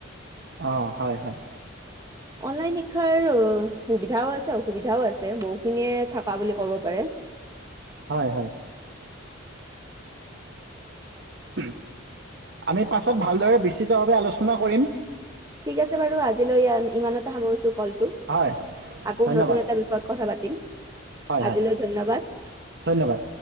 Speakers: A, on the right; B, on the right.
A: অ হয় হয়
B: অনলাইন শিক্ষাৰ সুবিধাও আছে অসুবিধাও আছে বহুখিনিয়ে থকা বুলি ক'ব পাৰে
A: হয় হয় উমহ, আমি পাছত ভালদৰে বিস্তৃতভাৱে আলোচনা কৰিম
B: ঠিক আছে বাৰু আজিলৈ ইয়া ইমানতে সামৰিছো কলটো
A: হয়।
B: আকৌ
A: ধন্যবাদ।
B: নতুন এটা বিষয়ত কথা পাতিম
A: হয়, হয়।
B: আজিলৈ ধন্যবাদ
A: ধন্যবাদ।